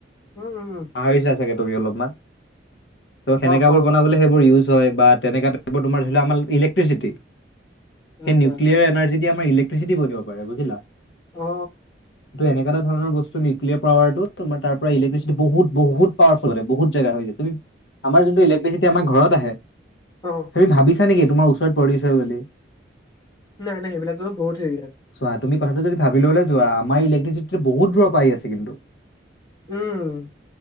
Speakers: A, on the left; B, on the left.
A: উম উম উম
B: আহৰিছা চাগে তুমি অলপমান? চ' সেনেককাবোৰ
A: অ অ
B: বনাবলৈ সেইবোৰ ইউজ হয় বা তেনেককা টাইপ তোমাৰ ধৰি ল আমাৰ ইলেক্ট্ৰিচিটি সেই
A: আচ্ছা
B: নিউক্লিয়াৰ
A: আচ্ছা
B: এনাৰ্জি দি আমাৰ ইলেক্ট্ৰিচিটি বনিব পাৰে বুজিলা
A: অ
B: এনেক এটা ধৰণ বস্তু নিউক্লিয়াৰ পাৱাৰত তমাৰ পৰা ইলেক্ট্ৰিচিটি বহুত বু পাৱাৰফুল বহুত আমাৰ জোনটো ইলেক্ট্ৰিচিটি আমাৰৰত আহে
A: অ
B: তুমি ভাবছা নেকি তোমাৰ ওচৰত পৰিছে বুলি
A: নাই নাই সেইবিলাকতো বহুত হেৰিয়াত
B: চোৱা তুমি কথাটো যদি ভাব লবলৈ যোৱা আম ইলেক্ট্ৰিচিটি বহুত দূৰ প আহ আছে কিন্তু
A: উম